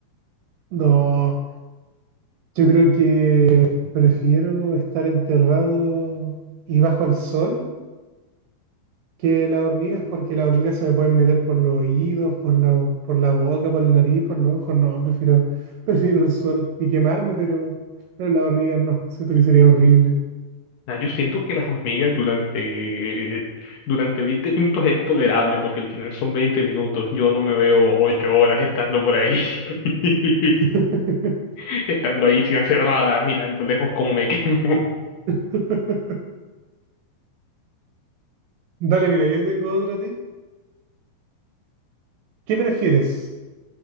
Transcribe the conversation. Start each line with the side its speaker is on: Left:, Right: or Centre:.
Right: No, yo creo que prefiero estar enterrado y bajo el sol que las hormigas, porque las hormigas se me pueden meter por los oídos, por la, por la boca, por la nariz, por los ojos. No, prefiero, <laughs> prefiero el sol y quemarme, pero, pero las hormigas no. Siento que sería horrible.
Left: Ah, yo siento que las hormigas durante, durante 20 minutos es tolerable porque al final son 20 minutos. Yo no me veo ocho horas estando por ahí, <laughs>
Right: <laughs>
Left: estando ahí sin hacer nada, mirando lejos cómo me quemo.
Right: <laughs> Dale, mira, yo tengo otra a ti. ¿Qué prefieres?